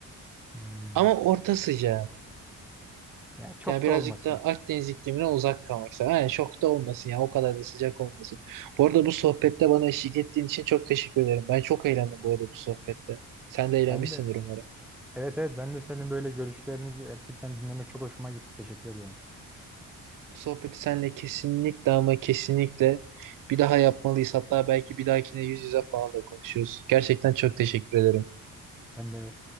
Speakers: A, in the centre; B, on the right.
A: Hmm,
B: Ama orta sıcağı.
A: yani çok
B: Yani birazcık
A: da olmasın.
B: da Akdeniz iklimine uzak kalmak istedim. Yani çok da olmasın ya o kadar da sıcak olmasın. Bu arada bu sohbette bana eşlik ettiğin için çok teşekkür ederim. Ben çok eğlendim bu arada bu sohbette. Sen de eğlenmişsindir
A: Ben de
B: umarım.
A: evet evet ben de senin böyle görüşlerini gerçekten dinlemek çok hoşuma gitti. Teşekkür ediyorum.
B: Bu sohbeti seninle kesinlikle ama kesinlikle bir daha yapmalıyız. Hatta belki bir dahakine yüz yüze falan da konuşuyoruz. Gerçekten çok teşekkür ederim.
A: Ben de